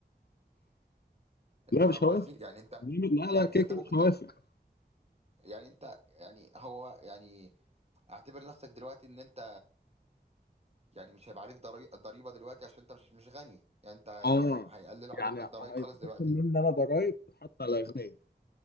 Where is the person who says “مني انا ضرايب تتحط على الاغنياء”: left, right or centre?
Left